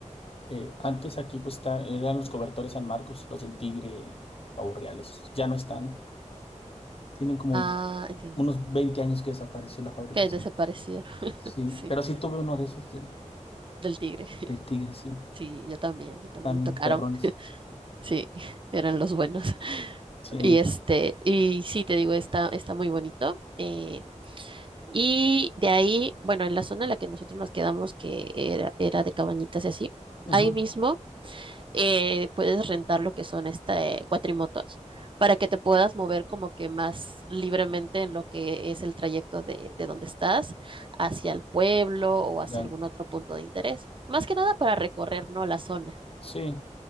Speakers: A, on the left (about 50°); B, on the right (about 40°).
A: Eh, antes aquí pues está- eran los cobertores San Marcos, los del Tigre, Pavos Reales, ya no están. Tienen como
B: Ah, entiendo.
A: unos 20 años que desapareció la fábrica.
B: Que desaparecieron. <laughs>
A: Sí,
B: Sí,
A: pero sí tuve uno de esos del,
B: del tigre. <laughs>
A: del Tigre, sí.
B: Sí, yo también, yo también
A: También
B: me tocaron.
A: perrones.
B: Sí, <laughs> eran los buenos.
A: Sí.
B: Y este, y sí, te digo, está, está muy bonito. eh, y de ahí, bueno, en la zona en la que nosotros nos quedamos, que era, era de cabañitas y así,
A: Ujú,
B: ahí mismo eh, puedes rentar lo que son este, cuatrimotos para que te puedas mover como que más libremente en lo que es el trayecto de, de donde estás hacia el pueblo o hacia
A: Ya.
B: algún otro punto de interés. Más que nada para recorrer, ¿no? La zona.
A: Sí.